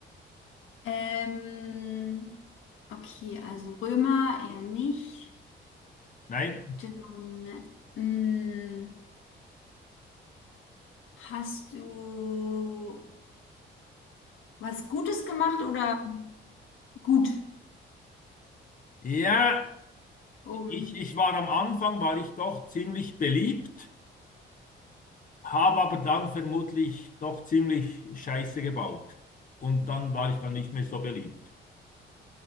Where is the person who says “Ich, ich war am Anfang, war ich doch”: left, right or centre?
Left